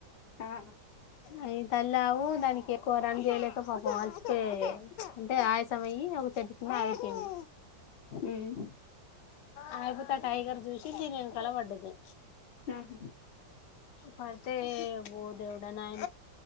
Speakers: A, on the left (about 85°); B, on the left (about 75°).
A: ఆ
B: అయి తల్లి ఆవు దానికి ఎక్కువ రన్ చేయలేక పాపం అల్చపో అంటే ఆయసం అయి ఒక చెట్టు కింద ఆగిపోయింది
A: మ్మ్
B: అగీపోతే ఆ టైగర్ చూసి దీని వెనకాల పడ్డది
A: ఆహా
B: పడితే ఓ దేవుడనాయనా